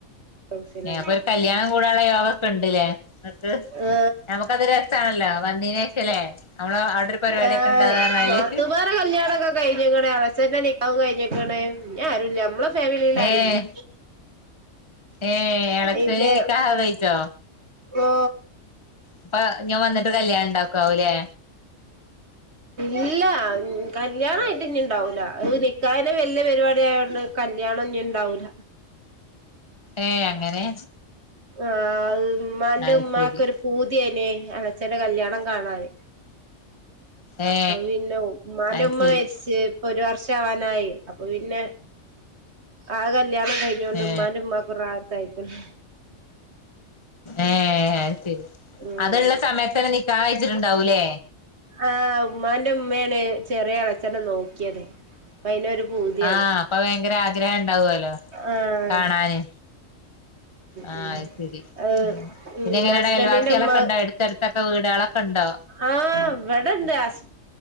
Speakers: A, on the right (about 55°); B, on the left (about 20°).
A: ന്യൂസിലാൻഡ്
B: ഏഹ് അപ്പൊ ഒരു കല്യാണം കൂടാനുള്ള യോഗൊക്കെ ഉണ്ട്ല്ലേ നിങ്ങക്ക്
A: ഏ
B: നമുക്കത് രസാണല്ലോ വന്നീന് ശേഷല്ലേ നമ്മള് അവിടെ ഒരു പരിപാടിയൊക്കെ
A: ആ
B: ഉണ്ടാകാ പറഞ്ഞാല്
A: നാത്തുമാരെ കല്യാണംക്കെ കഴിഞ്ഞുക്ക്ണ് ഇളച്ചന്റെ നിക്കാഹും കഴിഞ്ഞിക്കണ്. ഇനി ആരും ല്യ. ഞമ്മളെ ഫാമിലില്
B: ഏഹ്
A: ആരും ല്യ
B: ഏഹ് എളച്ചന്
A: പിന്നെ
B: നിക്കാഹ് കഴിച്ചോ
A: ഇപ്പൊ
B: അപ്പൊ ഞൻ വന്നിട്ട് കല്യാണം ഉണ്ടാക്കാവൂലേ
A: ഇല്ല കല്യാണ ആയിട്ട് ഇനി ഉണ്ടാവൂല അത് നിക്കാഹന്നെ വല്ലിയ പരിപാടിയായോണ്ട് കല- കല്യാണം ഞ്ഞിണ്ടാവൂല
B: ഏയ് അങ്ങനെ
A: ആ അതിമ്മാന്റെമ്മാക്ക്
B: അത് ശരി
A: ഒരു പൂതിയായി- നെ ഇളച്ചന്റെ കല്യാണം കാണാന്
B: ഏ
A: അത് പിന്നെ മ്മാന്റെ
B: അത്
A: ഉമ്മ
B: ശരി
A: രിച്ച് ഒരു വർഷവാനായി അപ്പൊ പിന്നെ ആകെ കല്യാണം കഴിഞ്ഞോണ്ട്
B: ഏ
A: ഉമ്മാന്റെ ഉമ്മക്കൊരു റാഹത്തായിക്ക്ണ്
B: ഏ അത് ശരി
A: ഉം
B: അതുള്ള സമയത്തന്നെ നിക്കാഹ് കഴി ച്ചിട്ടുണ്ടാവൂല്ലേ
A: ആ ഉമ്മാന്റെ ഉമ്മയാണ് ചെറിയ ഇളച്ചനെ നോക്കിയത് അപ്പ അയിനൊരു പൂതിയാണ്
B: ആ അപ്പൊ ഭയങ്കര ആഗ്രഹം ഇണ്ടാവല്ലോ
A: ആഹ്
B: കാണാന് ആ
A: ഉം
B: അത് ശരി
A: അഹ്
B: പിന്നെ
A: ഉം
B: എങ്ങനെ
A: ഹസ്ബന്റിന്റെ
B: അയൽവാസികളൊക്കെ
A: ഉമ്മ
B: ഉണ്ടോ എടുത്തടുത്തൊക്കെ വീടുകളൊക്കെ ഉണ്ടോ
A: ആഹ് ഇവിടെണ്ട് ഹസ്